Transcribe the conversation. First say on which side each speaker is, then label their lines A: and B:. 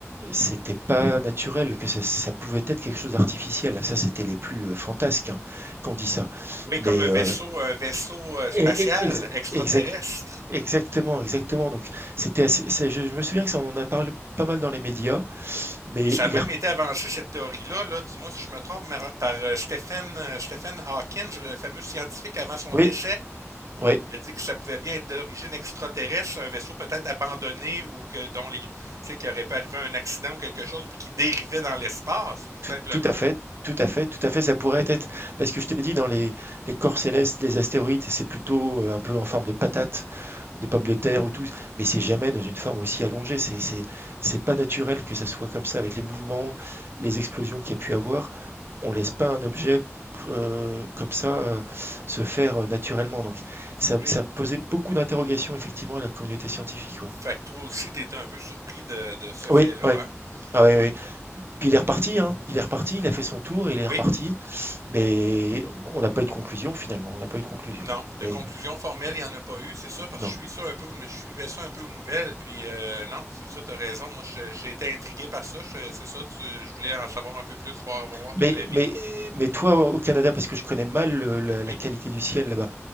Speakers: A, on the right; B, on the right.
A: c'était pas naturel, que ça, ça pouvait être quelque chose d'artificiel. Ça, c'était les plus euh, fantasques hein, qu'on dit ça.
B: Oui,
A: Mais
B: comme un vaisseau,
A: euh,
B: un vaisseau euh, spatial
A: et- et- ex-
B: extraterrestre.
A: exact- Exactement, exactement. Donc, c'était assez, ça- je, je me souviens que ça, on en a parlé pas mal dans les médias, mais
B: Puis ça
A: il
B: a même
A: est, rep-
B: été avancé, cette théorie-là, là, dis-moi si je me trompe, mar- par euh, Stephen, euh, Stephen Hawking, le fameux scientifique avant son
A: oui,
B: décès.
A: ouais,
B: Il a dit que ça pouvait bien être d'origine extraterrestre, un vaisseau peut-être abandonné ou que dont les, tu sais, qu'il aurait pas arrivé un accident ou quelque chose, puis qui dérivait dans l'espace, tout
A: tout,
B: simplement.
A: tout à fait, tout à fait, tout à fait. Ça pourrait être, parce que je te dis, dans les, les corps célestes, les astéroïdes, c'est plutôt euh, un peu en forme de patate. de pommes de terre ou tout, mais c'est jamais dans une forme aussi allongée. C'est c'est c'est pas naturel que ça soit comme ça avec les mouvements, les explosions qu'il y a pu avoir. On laisse pas un objet euh, comme ça euh, se faire euh, naturellement. Donc ça,
B: Oui.
A: ça posait beaucoup d'interrogations effectivement à la communauté scientifique. Ouais.
B: Fait que toi aussi, t'étais un peu surpris de, de ce fait-là,
A: Oui, ouais.
B: hein?
A: Ah ouais,
B: Puis,
A: ouais. Puis il est reparti,
B: eh,
A: hein. Il est reparti, il a fait son tour et il est
B: oui.
A: reparti. Mais on n'a pas eu de conclusion finalement, on n'a pas eu de conclusion.
B: Non, de
A: Mais
B: conclusion formelle, il n'y en a pas eu, c'est ça, parce
A: non.
B: que je suis ça un peu, aux- je suivais ça un peu aux nouvelles, puis euh, non, c'est ça, t'as raison. Moi, je- j'ai été intrigué par ça, je- c'est ça, tu- je voulais en savoir un peu plus, voir, voir
A: Mais
B: ton avis.
A: mais mais toi au Canada, parce que je connais mal le- la
B: Oui,
A: la qualité du ciel là-bas.